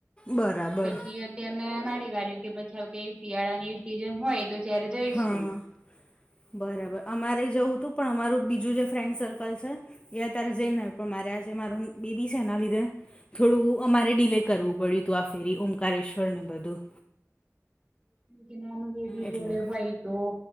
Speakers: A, on the left; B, on the right.
A: બરાબર
B: તો પછી. અ મેં માડી વાર્યું કે પછી કે શિયાળા ની સીઝન હોય. તો ત્યારે જઈશું
A: હા બરાબર અમારે જવું તું પણ અમારું બીજું જે ફ્રેન્ડ સર્કલ છે. એ અત્યારે જઈને આવ્યો પણ મારે આજે મારું બેબી છે એના લીધે થોડું અમારે ડીલે કરવું પડ્યું હતું આ ફેરી ઓંકારેશ્વર ને બધું
B: કે નાનું બેબી
A: એટલે
B: જોડે હોય તો